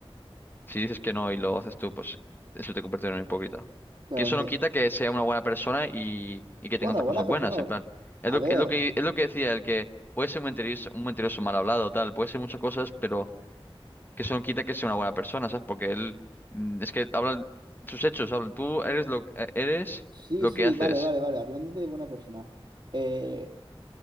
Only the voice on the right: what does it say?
Claro,
ento-
Bueno,
buena
persona.
A
ver,
sí,
sí,
vale, vale, vale. Hablando de buena persona, eh,